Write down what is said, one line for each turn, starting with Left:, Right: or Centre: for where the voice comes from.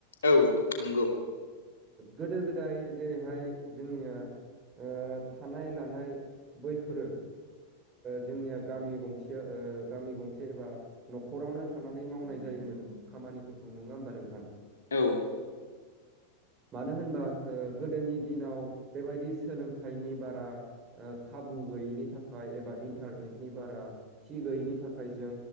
Left: औ नंगौ।
Right: गोदो गोदाय जेरैहाय जोंनिया ओ थानाय लानाय बैफोरो जोंनिया गामि गंसेया गामि गंसे एबा न'खरावनो थानानै मावनाय जायोमोन खामानिफोरखौ नङा होमबा नोंथां
Left: औ।
Right: मानो होनबा गोदोनि दिनाव बेबायदि सोलोंथाइनि बारा खाबु गैयैनि थाखाय एबा इन्टारनेटनि बारा थि गैयैनि थाखाय जों